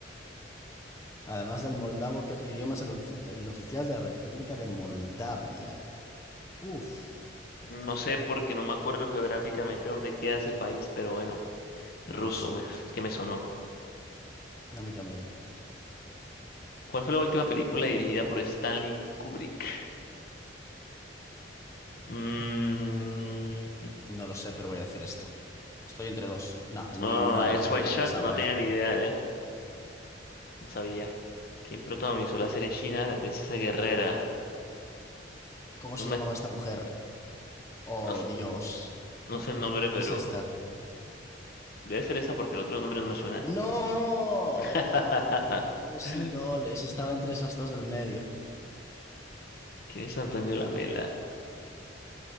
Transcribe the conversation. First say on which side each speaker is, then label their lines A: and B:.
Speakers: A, on the left; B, on the left.
A: Además del moldavo, ¿qué otro idioma es el, orfi- el oficial de la República de Moldavia? Uf,
B: No sé porque no me acuerdo geográficamente dónde queda ese país, pero bueno. Ruso,
A: ruso.
B: me- es que me sonó.
A: A mí también.
B: ¿Cuál fue la última película
A: ¿Cuál fue?
B: dirigida por Stanley Kubrick? Mm,
A: No lo sé, pero voy a decir esta. Estoy entre dos. No, ninguna
B: oh, Eyes
A: de las que
B: Wide
A: yo
B: Shut,
A: pensaba
B: no tenía
A: era.
B: ni idea, ¿eh? No sabía. ¿Quién protagonizó la serie china La Princesa Guerrera?
A: ¿Cómo
B: No
A: se
B: me,
A: llamaba esta mujer? Oh,
B: no sé,
A: Dios.
B: no sé el nombre, pero
A: Es esta.
B: debe ser esa porque los otros nombres no me suenan.
A: ¡No!
B: <laughs>
A: Lucy
B: ¿Quién
A: Loles. Estaba entre esas dos del medio.
B: es Antonio Lamela?